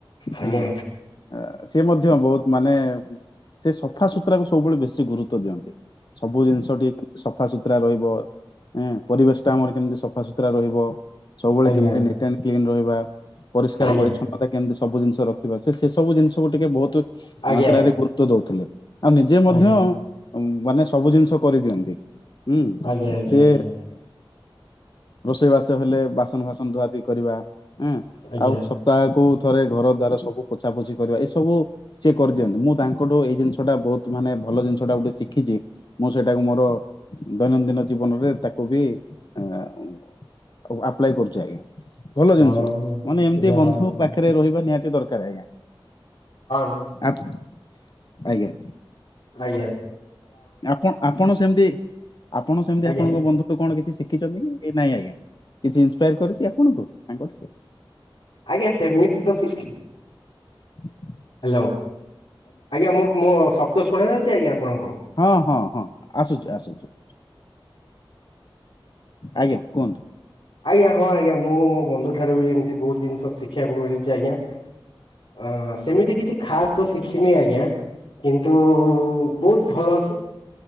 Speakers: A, on the left; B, on the left.
A: ଆଜ୍ଞା
B: ଆଁ, ଅ, ସିଏ ମଧ୍ୟ ବହୁତ ମାନେ ସେ ସଫା ସୁୁତୁରା କୁ ସବୁବେଳେ ବେଶୀ ସେ ଗୁରୁତ୍ୱ ଦିଅନ୍ତି। ସବୁ ଜିନିଷ ଟିକେ <inaudible> ସଫା ସୁତରା ରହିବ। ଏଁ ପରିବେଶ ଟା ଆମର କେମିତି ସଫାସତୁରା ରହିବ। ସବୁବେଳେ
A: ଆଜ୍ଞା
B: କେମିତି ନିଟ୍ ଆଣ୍ଡ କ୍ଲିନ୍ ରହିବା। ପରିଷ୍କାର
A: ଆଜ୍ଞା
B: ପରିଚ୍ଛନ୍ନତା କେମିତି ସବୁ ଜିନିଷ ରଖିବା। ସେ ସେ ସବୁ ଜିନିଷକୁ ଟିକେ ବହୁତ
A: ଆଜ୍ଞା
B: ମାତ୍ରାରେ
A: ଆଜ୍ଞା।
B: ଗୁରୁତ୍ୱ ଦଉଥିଲେ। ଆଉ ନିଜେ ମଧ୍ୟ
A: ଆଜ୍ଞା
B: ମାନେ ସବୁ ଜିନିଷ କରିଦିଅନ୍ତି। ହୁଁ,
A: ଆଜ୍ଞା ଆଜ୍ଞା
B: ସେ
A: ଆଜ୍ଞା
B: ରୋଷେଇ ବାସ ହେଲେ ବାସନ ଫାସନ ଧୁଆ ଧୁଇ କରିବା। ଏଁ
A: ଆଜ୍ଞା
B: ଆଉ ସପ୍ତାହକୁ ଥରେ ଘର ଦ୍ଵାର ସବୁ ପୋଛା ପୋଛି କରିବା। ଏ ସବୁ ସିଏ କରିଦିଅନ୍ତି। ମୁଁ ତାଙ୍କଠୁ ଏଇ ଜିନିଷଟା ବହୁତ ମାନେ ଭଲ ଜିନିଷଟା ଗୋଟେ ଶିଖିଛି। ମୁଁ ସେଇଟାକୁ ମୋର ଦୈନନ୍ଦିନ ଜୀବନରେ ତାକୁ ବି ଏଁ, ଓ, ଆପ୍ଲାଏ କରୁଛି ଆଜ୍ଞା। ଭଲ
A: ହଁ
B: ଜିନିଷ
A: ହଁ।
B: ମାନେ ଏମିତି
A: ଯାହା
B: ବନ୍ଧୁ
A: ହଉ
B: ପାଖରେ ରହିବା ନିହାତି ଦରକ କାର ଆଜ୍ଞା
A: ହଁ
B: ଆପ୍ ଆଜ୍ଞା
A: ଜ୍ଞା
B: ଆପ ଆପଣ ସେମତି ଆପଣ ସେମିତି
A: ଆଜ୍ଞା
B: ଆପଣଙ୍କ ବନ୍ଧୁ କଣ କିଛି ଛି ଶିଖିଚନ୍ତି କି ଏ ନାଇଁ ଆଜ୍ଞା କିଛି ଇନ୍ସିପାୟାର୍ କରିଚି ଆପଣଙ୍କୁ ତାଙ୍କ ଠାରୁ?
A: ଆଜ୍ଞା ସେମିତି ତ କି
B: ହ
A: ହ୍ୟାଲୋ, ଆଜ୍ଞା ମୁଁ ମୋ ଶବ୍ଦ ଶୁଣ ଯାଉଚି ଆଜ୍ଞା ଆପଣ
B: ହଁ, ହଁ, ହଁ ଆସୁଚୁ, ଆସୁଚୁ। ଆଜ୍ଞା, କୁହନ୍ତୁ?
A: ଆଜ୍ଞା, ହଁ ଆଜ୍ଞା, ମୁଁ ମୋ ବନ୍ଧୁ ଠାରୁ ବି ଏମିତି ବହୁତ ଜିନିଷ ଶିଖିବାକୁ ମିଳିଛି ଆଜ୍ଞା। ଅ ସେମିତି କିଛି ଖାସ୍ ତ ଶିଖିନି। ଆଜ୍ଞା, କିନ୍ତୁ ବହୁତ ଭଲସ